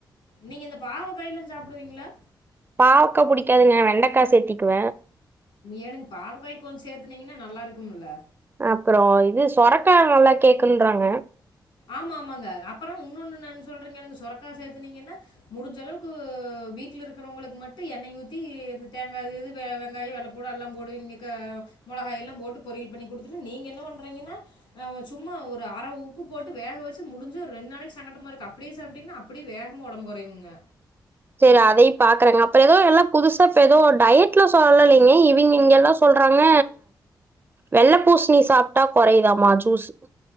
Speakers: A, on the left (about 90°); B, on the right (about 25°).
A: நீங்க இந்த பாவ கையல்லாம் சாப்பிடுவீங்களா
B: பாவக்கா புடிக்காதுங்க வெண்டைக்காய் சேத்திக்குவேன்
A: ஏங்க பாவக்காய்க் கொஞ்சம் சேர்த்துனீங்கன்னா நல்லா இருக்கும்ல
B: அப்புறம் இது சொரக்க நல்லாம் கேக்குன்றாங்க
A: ஆமா ஆமாங்க அப்புறம் இன்னொ ஒண்ணு நான்உம் சொல்றீங்க எனங்க சொரக்கா சேர்த்துனீங்கன்னா முடிஞ்ச அளவுக்கு வீடல இருக்கிறவங்களுக்கு மட்டும் எண்ணெய் ஊத்தி இந்த தேங்காய் இது வெங்காயம் வெள்ளைப்பூட எல்லாம் போடுங்க மிளகாய எல்லாம் போட்டு பொரியல் பண்ணி குடுத்துட்டு நீங்க என்ன பண்றீங்கன்னாஹ சும்மா ஒரு அரைப்பு உ போட்டு வேக வச்சு முடிஞ்ச ஒரு ரெண்டு நாளைக்கு சங்கட்டமா இருக்கு அப்படியே சாப்பிட்டீங்கன்னா அப்படியே வேகமா உடம்பு குறயுங்க
B: சரி அதையும் பாக்குறேங்க அப்புறம் ஏதோ எல்லாம் புதுசா இப்ப ஏதோ டயடல சொல்லலைங்க இவங்க இங்க எல்லாம் சொல்றாங்க வெள்ளை பூசணி சாப்பிட்டா குறையுதாமா ஜூஸ்உ